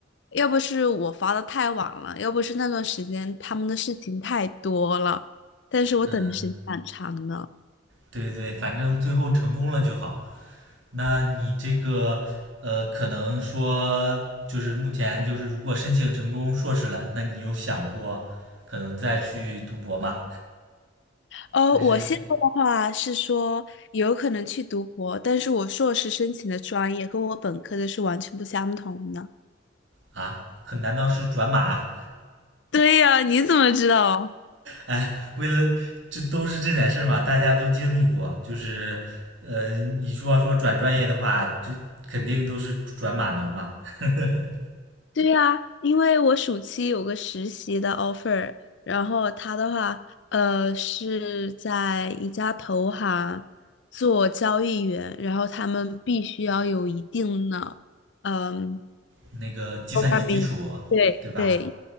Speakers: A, on the left; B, on the right.
A: 要不是我发的太晚了，要不是那段时间他们的事情太多了，但是我等的时间蛮长的。
B: 嗯，对对，反正最后成功了就好。那你这个呃，可能说就是目前就是如果申请成功硕士了，那你有想过可能再去读博吗？
A: 呃，
B: 还是
A: 我现在的话是说有可能去读博，但是我硕士申请的专业和我本科的是完全不相同的。
B: 啊？可难道是转码？
A: 对呀，你怎么知道？
B: 哎，为了这都是这点事儿嘛，大家都经历过。就是呃，你说要说转专业的话，就肯定都是转码农嘛。<laughs>
A: 对呀，因为我暑期有个实习的 offer，然后他的话，呃，是在一家投行做交易员，然后他们必须要有一定的，嗯。
B: 那个计算机基础，
A: 多巴明，对对
B: 对吧？